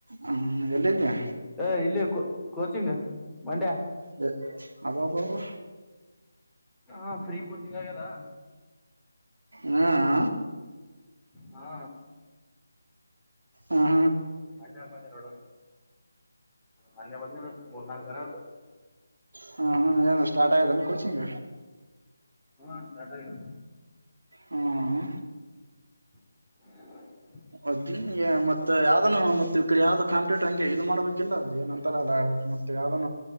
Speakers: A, on the right; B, in the centre.
A: ಹ್ಮ ಎಲ್ಲಿದ್ದೆ
B: ಹೇ--ಇಲ್ಲಿ--ಕು ಕೋಚಿಂಗ್ ಮಂಡ್ಯಾ
A: ಬೆ--ಅಬ ಬ ಬಾ
B: ಹಾ ಫ್ರೀ ಕೋಚಿಂಗ್ ಆಗ್ಯದಾ
A: ಹ್ಮ ಹ
B: ಹಾ
A: ಹ್ಮ
B: ಅಣ್ಣಾವ್ರ್ ಬಂದ್ರು ನೋಡು ಮೊನ್ನೆ ಬಂದಿನು ಮೂರ್ ನಾಕ್ ದಿನ ಆಯ್ತು
A: ಹ್ಮ ಹ ಏನ್ ಸ್ಟಾರ್ಟ್ ಆಗತೆ ನ್ ಕೋಚಿಂಗ್
B: ಹಾ ಸ್ಟಾರ್ಟ್ ಆಗ್ಯದ
A: ಹ್ಮ್
B: <inaudible> <unintelligible>
A: ಅದುನ್ಯ ಮತ್ತ್ ಮತ್ತ ಯಾವ್ದನು ಮತ್ತತ್ ಈ ಕಡೆ ಯಾವ್ದ್ ಕಾಂಪ್ಯೂಟರ್ ಹಂಗೆ ಇದು ಮಾಡ್ಬೇಕಿಲ್ಲ ಏನ್ ಅಂತಾರಲ್ಲಾ ಮತ್ತೆ ಯಾವ್ದ